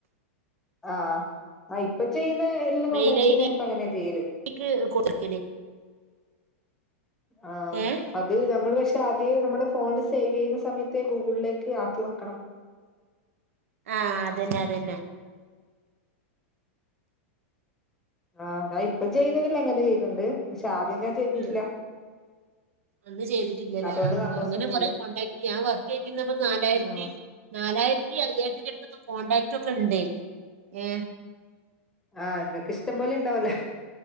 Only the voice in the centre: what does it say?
ആ ആ ഇപ്പൊ ചെയ്യുന്ന എല്ലാ കോണ്ടാക്സും
ഞാൻ ഇപ്പ അങ്ങനെ ചെയ്യല്
ആ
അത് നമ്മള് ഇഷ് ആദ്യേ നമ്മള് ഫോൺ സേവ് ചെയ്യുന്ന സമയത്ത് ഗൂഗിളിലേക്ക് ആക്കി വെക്ക
ആ ഞാൻ ഇപ്പം ചെയ്യുന്നതില് അങ്ങനെ ചെയ്യുന്നുണ്ട് പക്ഷെ ആദ്യം ഞാൻ ചെയ്തിട്ടില്ല
അതുകൊണ്ട്
സംഭവസം
ഒന്നുമില്ല
ആഹ്
ആ നിനക്ക് ഇഷ്ടം പോലെ ഇണ്ടാവുലേ